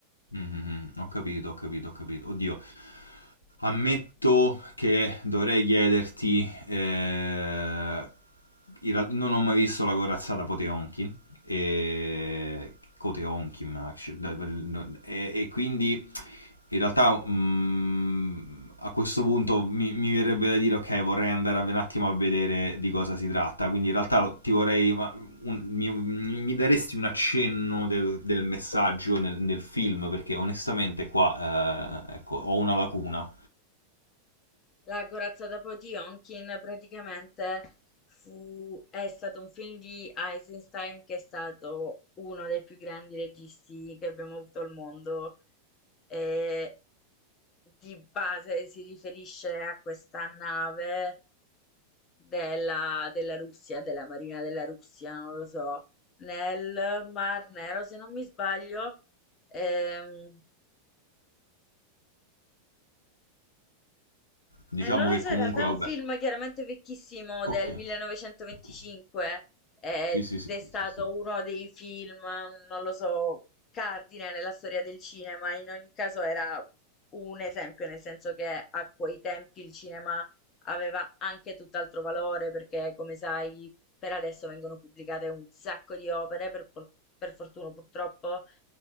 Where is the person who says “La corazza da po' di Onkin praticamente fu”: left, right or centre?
Left